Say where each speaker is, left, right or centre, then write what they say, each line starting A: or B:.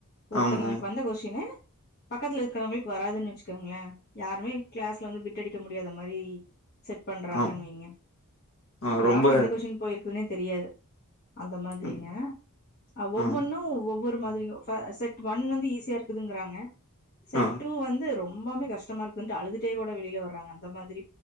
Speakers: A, on the left; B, on the left.
A: ஒருத்தங்ளுக்
B: ஆமாங்க.
A: வந்த கொஸ்டினு பக்கத்துல இருக்கறவ்ங்ளுக் வராதுன் வெச்சுக்கங்ளே யாருமே கிளாஸ்ல வந்து பிட்டடிக்க முடியாத மாரி செட் பண்றாங்கன்
B: ஆமா.
A: வெய்ங்க
B: ஆ
A: யாருக்
B: ரொம்ப
A: எந்த கொஸ்டின் போயிருக் குன்னே தெரியாது அந்த மாதிரிங்க
B: ம்.
A: அ ஒவ்வொன்னு
B: ஆ.
A: ஒவ்வொ ரு மாதிரிங்க ஃப செட் ஒன் வந்து ஈஸியா இருக்குதுங்றாங்க செட்
B: ஆ.
A: டூ வந்து ரொம் பவ்மே கஷ்டமா இருக்குன்ட்டு அழுதுட்டே கூட வெளில வர்றாங்க அந்த மாதிரி